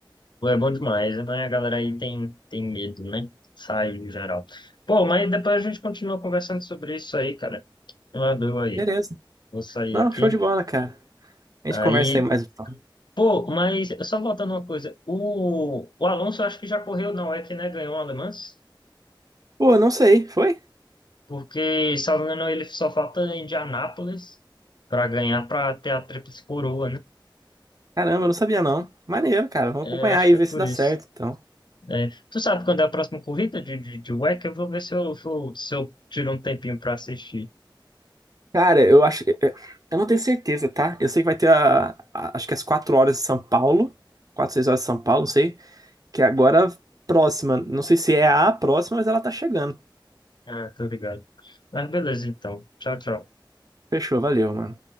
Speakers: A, on the left; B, on the right.
A: Pô, É bom demais, né? A galera aí tem, tem medo, né? Sai em geral. Pô, mas depois a gente continua conversando sobre isso aí, cara. Eu adoro aí.
B: Beleza.
A: Vou sair
B: Não,
A: aqui.
B: show de bola, cara. A
A: Aí,
B: gente conversa aí mais. então.
A: pô, mas só voltando uma coisa. O, o Alonso eu acho que já correu na UEC, né? Ganhou o Le Mans.
B: Pô, não sei, foi?
A: Porque, se eu não me engano, ele só falta em Indianápolis para ganhar, para ter a tríplice coroa, né?
B: Caramba, eu não sabia não. Maneiro, cara. Vamos
A: É,
B: acompanhar
A: eu acho
B: aí
A: que
B: e ver
A: é por
B: se dá
A: isso.
B: certo, então.
A: É, Tu sabe quando é a próxima corrida de, de, de UEC? Eu vou ver se eu, se eu se eu tiro um tempinho para assistir.
B: Cara, eu acho. Eu eu não tenho certeza, tá? Eu sei que vai ter a, a- acho que as 4 horas de São Paulo. quatro 6 horas de São Paulo, não sei. Que é agora próxima. Não sei se é a próxima, mas ela tá chegando.
A: Ah, tô ligado. Mas beleza, então. Tchau, tchau.
B: Fechou, valeu, mano.